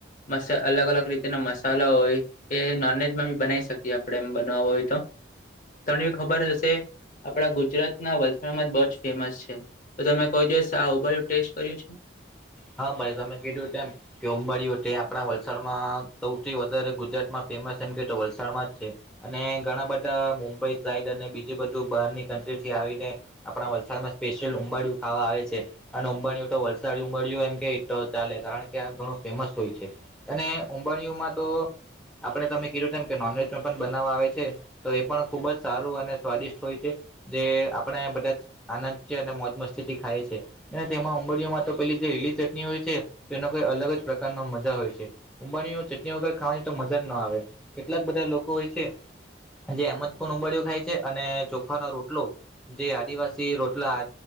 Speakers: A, on the left; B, in the centre.
A: મ અલગ અલગ રીતેના મસાલા હોય. એ નોનવેજમાં બી બનાવી શકીએ આપણે એમ બનવ હોય તો. તમને ખબર હશે આપણા ગુજરાતના વલસાડમાં જ બહુ જ ફેમસ છે. તો તમે કોઈ દિવસ આ ઉઊભાું ટેસ્ટ કર્યું છે.
B: હા ભાઈ તમે કીજું તેમમ કે અંબડીઓ તે આપણા વલસાડમાં સૌથી વધારે ગુજરાતમાં ફેમસ એમ કે વલસાડમાં જ છે. અને ઘણા બધા મુંબઈ સાઈડ અને બીજી બધું બહારની કન્ટ્રી થી આવીને આપણા વલસાડમાં સ્પેશિયલ ઉંબાડિયું ખાવા આવે છે અને ઉંબાડયું તો વલસાડ ઉંબરયું એમ કે ચાલે કારણ કે આ ઘણું ફેમસ હોય છે અને ઉંબરિયુંમાં તો આપડણે તમે કીધું છે એમ કે નોનવેજ માં પણ બનાવવા આવે છે. તો એ પણ ખુબ જ સારું અને સ્વાદિષ્ટ હોય છે. જે આપણે બધા જ આનંદ છે અને મોજ મસ્તીથી ખાય છે અને તેમાં ઉંબડીઓમાં. તો પેલી જે લીલી ચટણી હોય છે તેનો કોઈ અલગ જ પ્રકારનો મજા હોય છે. ઉુંંબાણીઓ ચટણી વગર ખાવાની તો મજા જ ના આવે કેટલાક બધા લોકો હોય છે. જે એમ જ પણ ઉબળિયો ખાય છે અને ચોખાનો રોટલો. જે આદિવાસી રોટલા